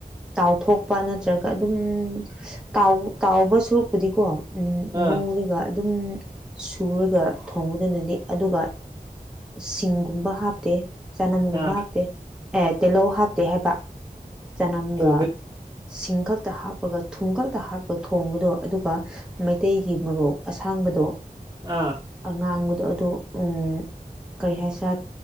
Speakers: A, in the centre; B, on the right.
A: ꯇꯥꯎꯊꯣꯛꯄ ꯅꯠꯇ꯭ꯔꯒ ꯑꯗꯨꯝ ꯇꯥꯎ ꯇꯥꯎꯕ ꯁꯨꯔꯛꯄꯨꯗꯤꯀꯣ ꯎꯝ
B: ꯑꯥ
A: ꯉꯧꯔꯒ ꯑꯗꯨꯝ ꯁꯨꯔꯒ ꯊꯣꯡꯕꯗꯨꯅꯗꯤ ꯑꯗꯨꯒ ꯁꯤꯡꯒꯨꯝꯕ ꯍꯥꯞꯇꯦ ꯆꯅꯝꯒꯨꯝꯕ
B: ꯑꯥ
A: ꯍꯥꯞꯇꯦ ꯑꯦ ꯇꯤꯜꯍꯧ ꯍꯥꯞꯇꯦ ꯍꯥꯏꯕ ꯆꯅꯝꯒ
B: ꯑꯣ ꯑꯩꯈꯣꯏ
A: ꯁꯤꯡ ꯈꯛꯇ ꯍꯥꯞꯄꯒ ꯊꯨꯝ ꯈꯛꯇ ꯍꯥꯞꯄꯒ ꯊꯣꯡꯕꯗꯣ ꯑꯗꯨꯒ ꯃꯩꯇꯩꯒꯤ ꯃꯣꯔꯣꯛ ꯑꯁꯥꯡꯕꯗꯣ
B: ꯑꯥ
A: ꯑꯉꯥꯡꯕꯗꯣ ꯑꯗꯣ ꯎꯝ ꯀꯔꯤ ꯍꯥꯏꯁꯤꯔꯥ